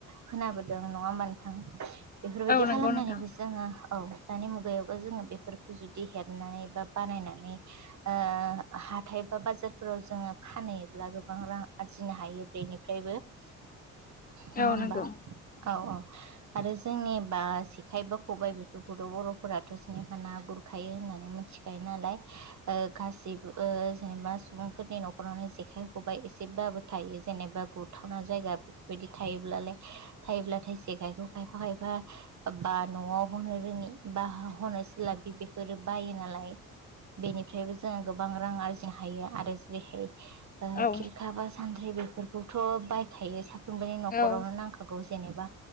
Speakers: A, on the right; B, on the left.
A: खोनाबोदों नङा होमबा नोंथां बेफोरबायदि
B: नंगौ
A: खालामनानैबो
B: नोंथां
A: जोङो औ दानि मुगायावबो जोङो बेफोरखौ जुदि हेबनानै बा बानायनानै ओ हाथाय बा बाजारफोराव जोङो फानहैयोब्ला गोबां रां आरजिनो हायो बेनिफ्रायबो नङा
B: औ
A: होमबा
B: नंगौ
A: औ औ आरो ज जोंनिबा जेखाय बा खबाइ बेफोरखौथ' बर'फोराथ' जेनेबा ना गुरखायो होननानै मिनथिखायोन नालाय ओ गासिबो ओ ज जेनेबा सुबुंफोरनि न'खरावनो जेखाइ खबाय एसेब्लाबो थायो जेनेबा गुरथावना जायगा बेफोरबायद दि थायोब्लालाय थायोब्लाथाय जेखाइखौ खायफा खायफा बा न'आव हरनो रोङि बा ह हनोसोलाब बि बेफोरो बायो नालाय बेनिफ्रायबो जोङो गोबां रां आरज जिनो हायो आरो जेरैहाय ओ
B: औ
A: खिरखा बा सानद्रि बेफोरखौथ' बायखायो सा फ्रोमबोनि न'खरावनो
B: औ
A: नांखागौ जेनेबा